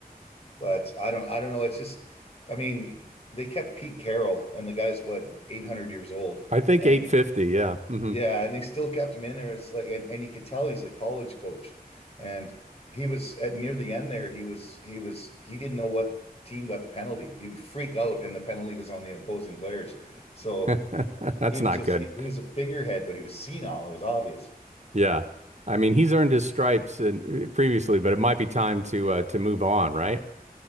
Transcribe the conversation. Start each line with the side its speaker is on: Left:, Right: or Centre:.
Left: But I don't, I don't know. It's just, I mean, they kept Pete Carroll, and the guy's what 800 years old,
Right: I think
Left: and
Right: 850.
Left: they,
Right: Yeah, hmm
Left: yeah, and they still kept him in there. It's like, and, and you could tell he's a college coach, and he was at near the end there. He was, he was, he didn't know what team got the penalty. He would freak out, and the penalty was on the opposing players. So
Right: <laughs> that's
Left: He was
Right: not
Left: just
Right: good.
Left: he was a figurehead, but he was senile. It was obvious.
Right: Yeah. I mean, he's earned his stripes and previously, but it might be time to uh, to move on, right?